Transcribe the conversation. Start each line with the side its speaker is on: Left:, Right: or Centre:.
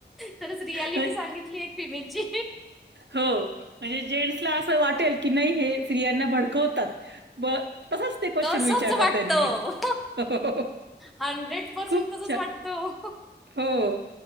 Centre: खरंच रियालिटी
Right: तर
Centre: सांगितली एक फिमेलची.
Right: हो म्हणजे जेंस असं
Centre: हो
Right: वाटेल की नाही हे स्त्रियांना भडकवतात ब तसाच ते क्वेश्चन
Centre: तसंच
Right: विचारला
Centre: वाटतं
Right: त्यांनी हो.
Centre: हंड्रेड पर्सेंट
Right: खूप
Centre: तसंच
Right: छा.
Centre: वाटतं
Right: हो.